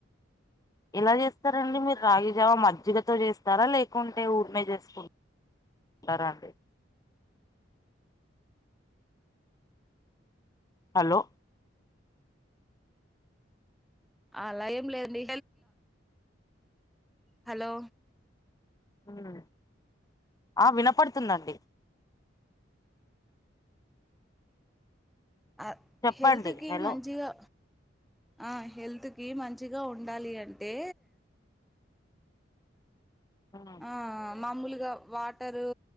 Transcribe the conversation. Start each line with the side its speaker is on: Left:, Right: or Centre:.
Left: ఎలా జేస్తారండి మీరు రాగి జావా మజ్జిగతో జేస్తారా లేకుంటే ఊర్కేనే చేస్కుంట తరా అండి అలో
Centre: అలా ఏంలేదండి హలో
Left: ఉ ఆ వినపడ్తుందండి
Centre: ఆ
Left: చెప్పండి
Centre: హెల్త్ కి
Left: హలో
Centre: మంచిగా ఆ హెల్త్ కి మంచిగా ఉండాలి అంటే
Left: ఆ
Centre: ఆ మామూలుగా వాటరూ